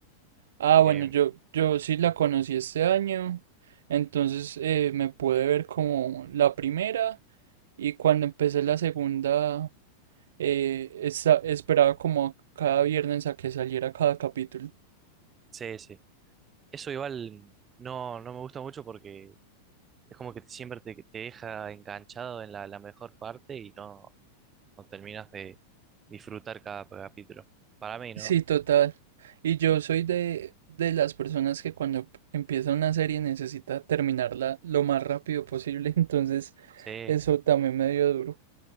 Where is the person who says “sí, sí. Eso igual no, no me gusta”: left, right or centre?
Right